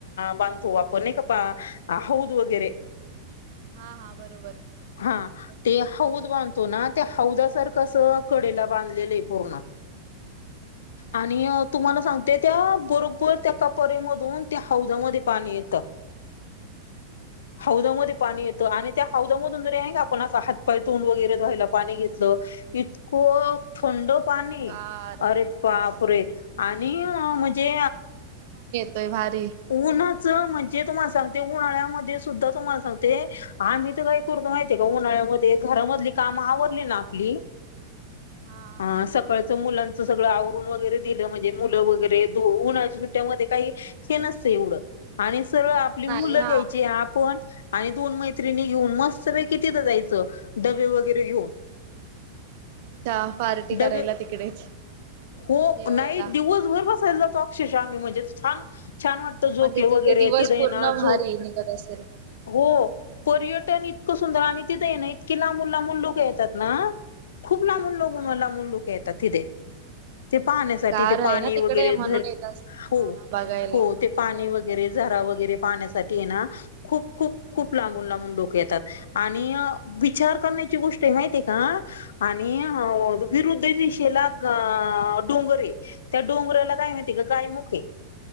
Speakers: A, on the left (about 80°); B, on the right (about 60°).
A: बांधतो आपण, नाही का हौद वगैरे.
B: हा हा, बरोबर.
A: हा,
B: तस
A: ते
B: आहे
A: हौद बांधतो ना ते हौद सारखं अस कडेला बांधलेलं आहे पूर्ण. आणि तुम्हाला सांगते, त्या बरोबर त्या कपरेमधून त्या हौदामध्ये पाणी येतं. हौदामध्ये पाणी येतं आणि ते हौदामधून <unintelligible> आहे का, आपण असं हातपाय तोंड वगैरे धवायला पाणी घेतलं इतकं थंड पाणी,
B: गार
A: अरे
B: हा
A: बापरे, आणि म्हणजे
B: तय भारी.
A: उन्हाचं म्हणजे, तुम्हाला सांगते, उन्हाळ्यामध्ये सुद्धा तुम्हाला सांगते आम्ही तर काही करतो माहितीय का उन्हाळ्यामध्ये, घरामधली काम आवरली ना आपली
B: हा.
A: अ सकाळचं मुलांचं सगळं आवरून वगैरे दिलं, म्हणजे मुलं वगैरे द उन्हा सुट्ट्यामध्येध्ये काही हे नसते एवढं, आणि सरळ आपली
B: नाही
A: मुलं
B: हा.
A: घ्यायची आपण आणि दोन मैत्रिणी घेऊन मस्तपैकी तिथं जायचं, डबे वगैरे घेऊन.
B: अच्छा! पार्टी
A: डबे
B: करायला तिकडेच.
A: हो,
B: जेवायला.
A: नाही दिवसभर बसायला जातो, अक्षरशा, आम्ही म्हणजे छान छान वाटत, झोके
B: म्हणजे तिथे
A: वगैरे,
B: दिवस
A: तीथ हाय
B: पूर्ण
A: आहे ना, झोप
B: भारी निघत असेल.
A: हो. पर्यटन इतकं सुंदर, आणि तिथ ये ना इतकीे लांबून लांबून लोक येतात ना खूप लांबून लोक,
B: हा
A: लांबून लोक येतात तिथे. ते पाहण्यासाठी,
B: गार
A: ते पाणी
B: आहे ना तिकडे
A: वगैरे
B: म्हणून
A: जर,
B: येत अस
A: हो
B: हा बघायला
A: हो, ते पाणी वगैरे झरा वगैरे पाहण्यासाठी ये ना, खूप खूप
B: हा
A: खूप लांबून लांबून लोक येतात. आणि विचार करण्याची गोष्ट माहितीय का आणि विरुद्ध दिशेला अ अ डोंगरे, त्या डोंगराला काय माहिती का गायमुखे